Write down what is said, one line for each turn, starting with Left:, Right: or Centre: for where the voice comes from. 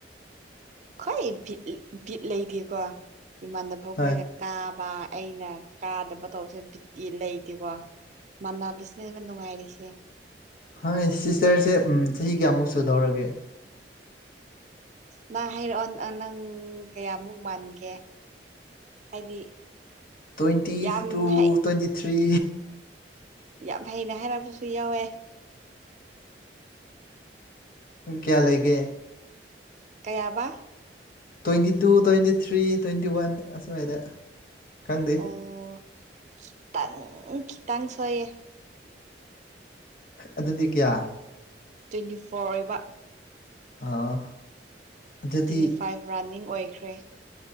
Right: ꯈꯣꯏ ꯚꯤꯠ ꯚꯤꯠ ꯂꯩꯗꯦꯀꯣ ꯏꯃꯥꯟꯅꯕ ꯑꯩꯈꯣꯏꯅ
Left: ꯍꯣꯏ
Right: ꯀꯥꯕ ꯑꯩꯅ ꯀꯥꯗꯕ ꯇꯧꯕꯁꯦ ꯕꯤꯛꯇꯤ ꯂꯩꯇꯦꯀꯣ ꯃꯥꯟꯅꯕꯁꯤꯅꯦ ꯅꯨꯡꯉꯥꯏꯔꯤꯁꯦ
Left: ꯍꯣꯢ ꯁꯤꯁꯇꯔꯁꯦ ꯆꯍꯤ ꯀꯌꯥꯃꯨꯛ ꯁꯨꯗꯧꯔꯒꯦ
Right: ꯅꯪ ꯍꯥꯏꯔꯛꯑꯣ ꯅꯪ ꯀꯌꯥꯃꯨꯛ ꯃꯥꯟꯒꯦ ꯍꯥꯏꯗꯤ
Left: ꯇ꯭ꯋꯦꯟꯇꯤ
Right: ꯌꯥꯝ
Left: ꯇꯨ
Right: ꯍꯩ
Left: ꯇ꯭ꯋꯦꯟꯇꯤ ꯊ꯭ꯔꯤ
Right: ꯌꯥꯝ ꯍꯩꯅ ꯍꯥꯏꯔꯛꯄꯁꯨ ꯌꯥꯎꯋꯦ
Left: ꯀꯌꯥ ꯂꯩꯒꯦ
Right: ꯀꯌꯥꯕ
Left: twenty two twenty three twenty one ꯑꯁꯤꯋꯥꯏꯗ ꯈꯪꯗꯦ
Right: ꯑꯣ ꯈꯤꯇꯪ ꯈꯤꯇꯪ ꯁꯣꯏꯌꯦ
Left: ꯑꯗꯨꯗꯤ ꯀꯌꯥ
Right: ꯇ꯭ꯋꯦꯟꯇꯤ ꯐꯣꯔ ꯑꯣꯏꯕ
Left: ꯑꯥ ꯑꯗꯨꯗꯤ
Right: ꯇ꯭ꯋꯦꯟꯇꯤ ꯐꯥꯏꯚ ꯔꯥꯅꯤꯡ ꯑꯣꯏꯈ꯭ꯔꯦ